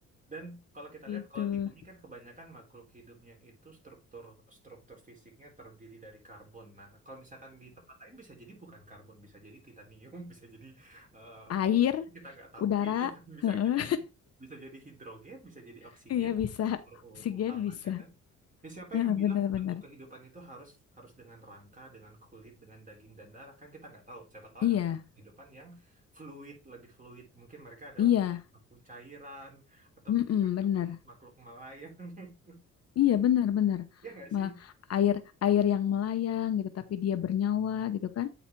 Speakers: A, on the right (about 25°); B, on the left (about 55°).
A: Dan kalau kita
B: gitu.
A: lihat, kalau di bumi kan kebanyakan makhluk hidupnya itu struktur struktur fisiknya terdiri dari karbon. Nah, kalau misalkan di tempat lain bisa jadi bukan karbon, bisa jadi titanium, <laughs> bisa jadi eh,
B: Air,
A: kita nggak tahu
B: udara,
A: ya, <laughs> bisa
B: Heeh,
A: jadi bisa jadi hidrogen, bisa jadi
B: <laughs>
A: oksigen
B: iya bisa.
A: struktur u-
B: Oksigen
A: utamanya
B: bisa.
A: kan. Ya, siapa
B: heeh,
A: yang bilang
B: benar-benar.
A: bentuk kehidupan itu harus harus dengan rangka, dengan kulit, dengan daging dan darah? Kan kita nggak tahu. Siapa tahu
B: Iya,
A: ada bentuk kehidupan yang fluid, lebih fluid. Mungkin mereka adalah
B: iya.
A: makhluk cairan atau
B: Mm-mm,
A: mungkin mereka
B: bener.
A: makhluk-makhluk melayang. <laughs>
B: Iya, benar-benar
A: Ya nggak
B: Ma-
A: sih?
B: air air yang melayang gitu, tapi dia bernyawa gitu kan.